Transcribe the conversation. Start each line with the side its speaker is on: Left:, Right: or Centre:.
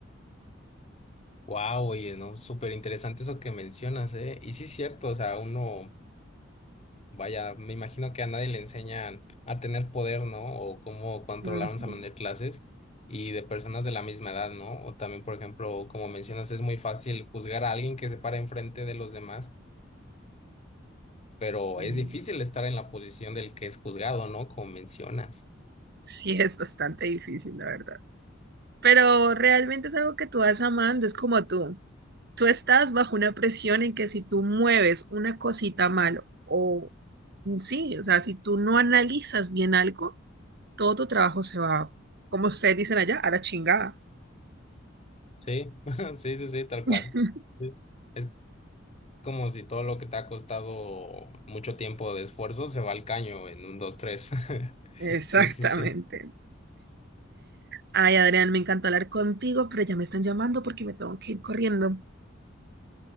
Left: Wow, oye, ¿no? Súper interesante eso que mencionas, ¿eh? Y sí es cierto, o sea, uno, vaya, me imagino que a nadie le enseñan a tener poder, ¿no? O cómo controlar
Right: Ujú,
Left: un salón de clases y de personas de la misma edad, ¿no? O también, por ejemplo, como mencionas, es muy fácil juzgar a alguien que se para enfrente de los demás, pero
Right: Sí,
Left: es difícil estar en la posición del que es juzgado, ¿no? Como mencionas.
Right: sí es bastante difícil, la verdad. Pero realmente es algo que tú vas amando, es como tú. Tú estás bajo una presión en que si tú mueves una cosita mal o mm, sí, o sea, si tú no analizas bien algo, todo tu trabajo se va, como ustedes dicen allá, a la chingada.
Left: Sí, <laughs> sí, sí, sí, tal
Right: <laughs>
Left: cual. Sí. Es como si todo lo que te ha costado mucho tiempo de esfuerzo se va al caño en un, dos, tres. <laughs>
Right: Exactamente.
Left: Sí, sí, sí.
Right: Ay, Adrián, me encantó hablar contigo, pero ya me están llamando porque me tengo que ir corriendo.